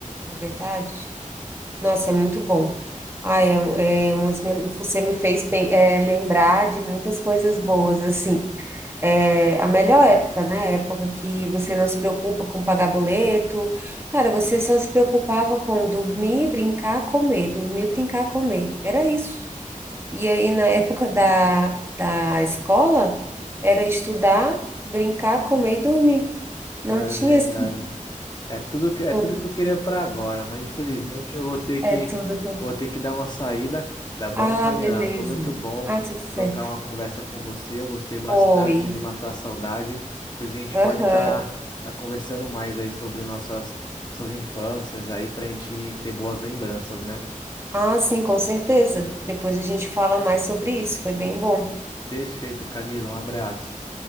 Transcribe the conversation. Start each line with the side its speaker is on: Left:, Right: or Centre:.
Right: é verdade. Nossa, é muito bom. Ai, é, é umas mem- você me fez pe- é, lembrar de muitas coisas boas, assim. É, a melhor época, né? A época que você não se preocupa com pagar boleto. Cara, você só se preocupava com dormir, brincar, comer. Dormir, brincar, comer. Era isso. E aí, na época da, da escola, era estudar, brincar, comer e dormir. Não
Left: É
Right: tinha
Left: verdade.
Right: esse...
Left: É tudo que, é
Right: <laughs>
Left: tudo que eu queria para agora, mas infelizmente eu vou ter
Right: É
Left: que,
Right: tudo
Left: eu
Right: que... é.
Left: vou ter que dar uma saída, tá bom,
Right: Ah,
Left: Camila?
Right: beleza.
Left: Foi muito bom
Right: Ah, tudo certo.
Left: trocar uma conversa com você. Eu gostei bastante
Right: Foi.
Left: de matar a saudade. Depois a gente
Right: Aham.
Left: pode estar conversando mais aí sobre nossas, nossas infâncias aí pra gente ter boas lembranças, né?
Right: Ah, sim, com certeza. Depois a gente fala mais sobre isso. Foi bem bom.
Left: Perfeito, Camila. Um abraço.